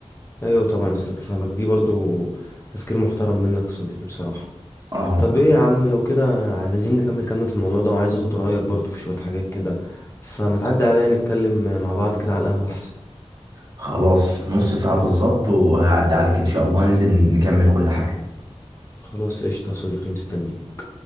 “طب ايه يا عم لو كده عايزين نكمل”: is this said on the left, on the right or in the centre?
Left